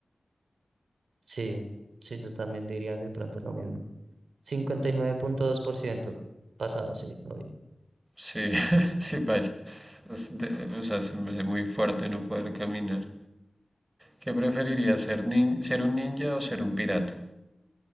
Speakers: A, on the right (about 90°); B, on the right (about 20°).
A: Sí, sí, yo también diría de pronto lo mismo. cincuenta y nueve punto dos por ciento pasado, sí, obvio.
B: Sí, <laughs> sí, paila. Es- es de- o sea, se me hace muy fuerte no poder caminar. ¿Qué preferiría ser, nin- ser un ninja o ser un pirata?